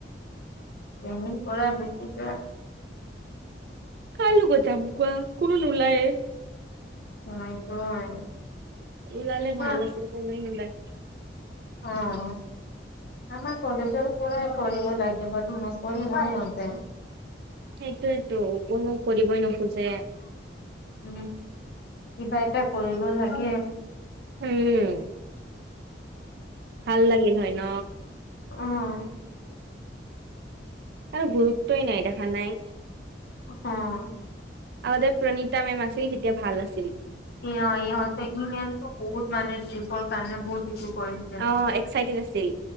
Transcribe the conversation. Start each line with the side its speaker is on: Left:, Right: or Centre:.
Left: টেনিং পৰা গুছি যোৱা।
Right: কাই লগত যাম কোৱা‌ কোনো নোলাইয়ে।
Left: অ এইটো হয়।
Right: ওলালে
Left: তোমাৰ
Right: ভাল আছিল কোনোৱে নোলাই।
Left: অ আমাৰ কলেজৰ পুৰাই পঢ়িব লাগে বাৰ নকৰি নহঁতে,
Right: সেইটোয়েতো কোনো কৰিবই নোখোজে,
Left: উম কিবা এটা কৰিব লাগে।
Right: উম ভাল লাগিল হয় ন,
Left: উম,
Right: ত গুৰুত্বই নাই দেখা নাই।
Left: উম,
Right: আমতে প্ৰণীতা মেম আছিল তেতিয়া ভাল আছিল।
Left: স ইহঁত ই মেমতটো বহুত মানে ট্ৰিপৰ কাৰণে বহুত ইটো কৰিছে।
Right: অঁ এক্সাইটেড আছিল।